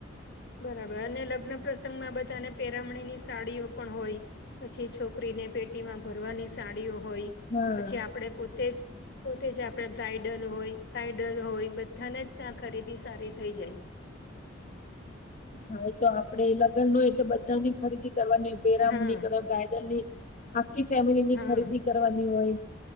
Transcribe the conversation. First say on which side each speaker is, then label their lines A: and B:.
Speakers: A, on the left; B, on the left.
A: બરાબર અને લગ્ન પ્રસંગમાં બધાને પેરામણીની સાડીઓ પણ હોય પછી છોકરીને પેટીમાં ભરવાની સાડીઓ હોય
B: હા
A: પછી આપણે પોતે જ પોતે જ આપણે બ્રાઇડલ હોય સાઈડલ હોય બધાને જ ત્યાં ખરીદી સારી થઈ જાય.
B: હા એ તો આપડે એ લગ્ન હોય એટલે બધાની ખરીદી કરવાની પેરામની
A: હા
B: કર બ્રાઇડલ ની આખી ફેમિલી ની
A: હા
B: ખરીદી કરવાની હોય.